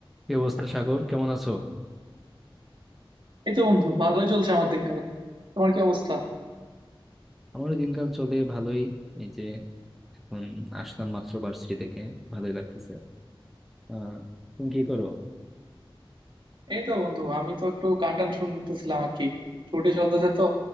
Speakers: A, in the centre; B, on the right.
A: কি অবস্থা সাগর কেমন আছো
B: এই তো বন্ধু ভালোই চলছে আমার দিনকাল তোমার কি অবস্থা
A: আমারও দিনকাল চলে ভালোই এই যে এখন আসলাম মাত্র ভার্সিটি থেকে ভালোই লাগতেছে আহ তুমি কি করো
B: এই তো বন্ধু আমি তো একটু গান টান শুনতেছিলাম আর কি ছুটি চলতেছে তো